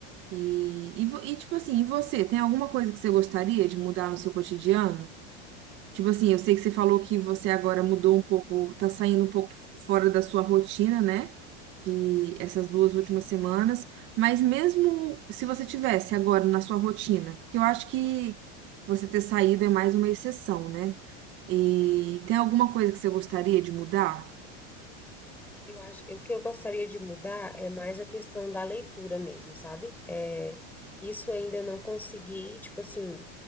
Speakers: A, on the right; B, in the centre.
A: E, e, vo- e tipo assim, e você, tem alguma coisa que você gostaria de mudar no seu cotidiano? Tipo assim, eu sei que você falou que você agora mudou um pouco, tá saindo um pouco fora da sua rotina, né? Que
B: uhum,
A: essas duas últimas semanas, mas mesmo se você tivesse agora na sua rotina, porque eu acho que você ter saído é mais uma exceção, né? E
B: uhum.
A: tem alguma coisa que você gostaria de mudar?
B: Eu acho, o que eu gostaria de mudar é mais a questão da leitura mesmo, sabe? É, isso ainda eu não consegui, tipo assim,